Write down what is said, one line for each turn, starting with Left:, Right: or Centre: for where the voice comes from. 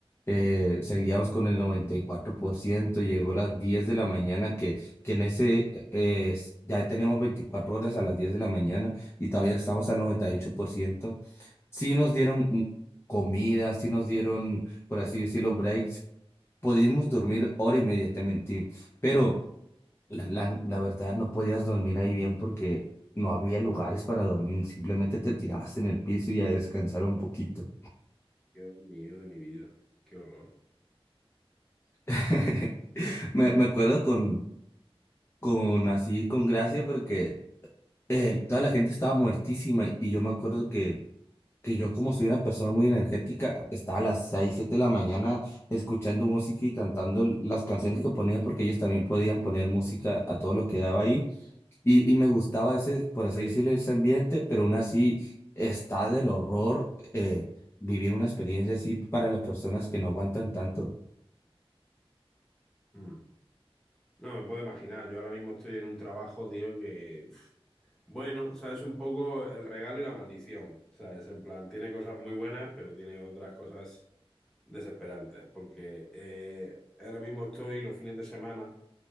Left: eh, seguíamos con el 94%, llegó a las 10 de la mañana, que, que en ese eh, eh, es- ya tenemos 24 horas a las 10 de la mañana y todavía estamos al 98%. Sí nos dieron mm, comida, sí nos dieron, por así decirlo, breaks. Pudimos dormir hora y media, te mentí, pero la, la, la verdad no podías dormir ahí bien porque no había lugares para dormir, simplemente te tirabas en el piso y a descansar un poquito.
Centre: Dios mío de mi vida, qué horror.
Left: <laughs> Me, me acuerdo con, con así, con gracia, porque eh, toda la gente estaba muertísima y yo me acuerdo que, que yo como soy una persona muy energética, estaba a las 6 7 de la mañana escuchando música y cantando l- las canciones que ponían, porque ellos también podían poner música a todo lo que daba ahí y, y me gustaba ese, por así
Centre: Sí.
Left: decirlo, ese ambiente, pero aún así está del horror eh, vivir una experiencia así para las personas que no aguantan tanto
Centre: Mm. No, me puedo imaginar, yo ahora mismo estoy en un trabajo, tío, que, pf, bueno, sabes, un poco el regalo y la maldición, sabes, en plan, tiene cosas muy buenas, pero tiene otras cosas desesperantes, porque eh, ahora mismo estoy los fines de semana